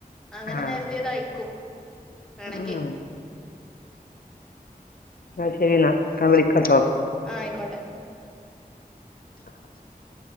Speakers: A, in the centre; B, on the left.
A: അങ്ങനെ
B: ആഹ്
A: നേരതിയതായിരിക്കും വേണെങ്കിൽ
B: ആഹ് ആ ശരിന ക വിളിക്കട്ടോ.
A: ആഹ ആയിക്കോട്ടെ.
B: <unintelligible>